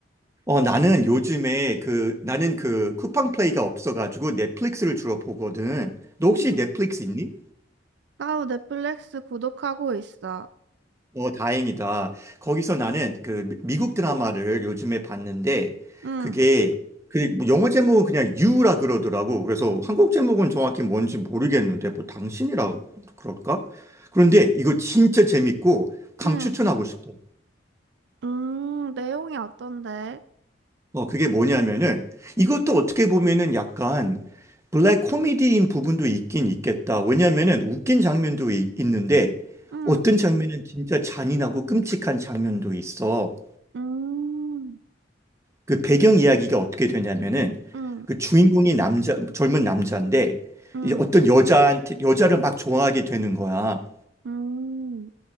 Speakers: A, on the right; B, on the right.
A: 어, 나는 요즘에 그 나는 그 쿠팡 플레이가 없어가지고 넷플릭스를 주로 보거든. 너 혹시
B: 응.
A: 넷플릭스 있니?
B: 나도 넷플릭스 구독하고 있어.
A: 어, 다행이다. 거기서 나는 그 미- 미국 드라마를 요즘에 봤는데
B: 응,
A: 그게 그뭐 영어 제목은 그냥 유라 그러더라고. 그래서 한국 제목은 정확히 뭔지 모르겠는데 뭐 당신이라 그럴까? 그런데 이거 진짜 재밌고 강추천하고
B: 응,
A: 싶어.
B: 음, 내용이 어떤데?
A: 어, 그게 뭐냐면은 이것도 어떻게 보면은 약간 블랙 코미디인 부분도 있긴 있겠다. 왜냐면은 웃긴 장면도 이- 있는데
B: 응,
A: 어떤 장면은 진짜 잔인하고 끔찍한 장면도 있어.
B: 음,
A: 그 배경 이야기가 어떻게 되냐면은
B: 응,
A: 그 주인공이 남자, 젊은 남자인데
B: 응,
A: 이제 어떤 여자한테, 여자를 막 좋아하게 되는 거야.
B: 응